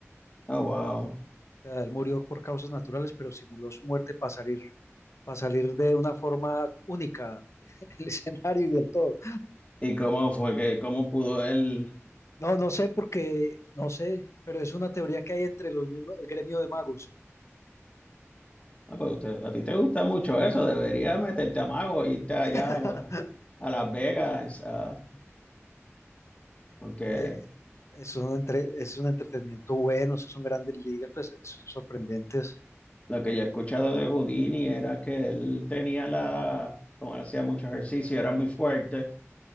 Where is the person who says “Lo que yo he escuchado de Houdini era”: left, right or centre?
Left